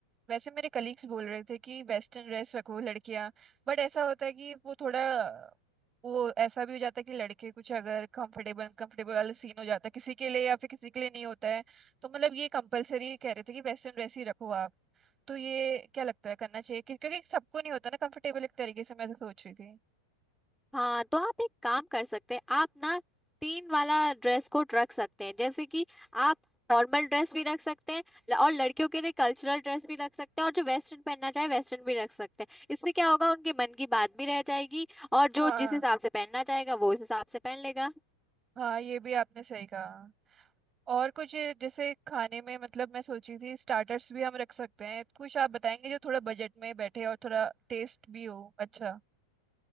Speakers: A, on the right; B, in the centre.
A: वैसे मेरे कलीग्स बोल रहे थे कि वेस्टर्न ड्रेस रखो लड़कियां बट ऐसा होता है कि वो थोड़ा वो ऐसा भी हो जाता है कि लड़के कुछ अगर कंफर्टेबल कंफर्टेबल वाला सीन हो जाता है किसी के लिए या फिर किसी के लिए नहीं होता है तो मतलब ये कंपलसरी कह रहे थे कि वेस्टर्न ड्रेस ही रखो आप तो ये क्या लगता है करना चाहिए कि- क्योंकि सबको नहीं होता ना कंफर्टेबल एक तरीके से मैं तो सोच रही थी
B: हाँ तो आप एक काम कर सकते हैं आप ना तीन वाला ड्रेस कोड रख सकते हैं जैसे कि आप फॉर्मल ड्रेस भी रख सकते हैं ल- और लड़कियों के लिए कल्चरल ड्रेस भी रख सकते हैं और जो वेस्टर्न पहनना चाहे वेस्टर्न भी रख सकते हैं इससे क्या होगा उनके मन की बात भी रह जाएगी और
A: हाँ
B: जो जिस हिसाब से पहनना चाहेगा वो उस हिसाब से पहन लेगा
A: हाँ ये भी आपने सही कहा और कुछ जैसे खाने में मतलब मैं सोच रही थी स्टार्टर्स भी हम रख सकते हैं कुछ आप बताएंगे जो थोड़ा बजट में बैठे और थोड़ा टेस्ट भी हो अच्छा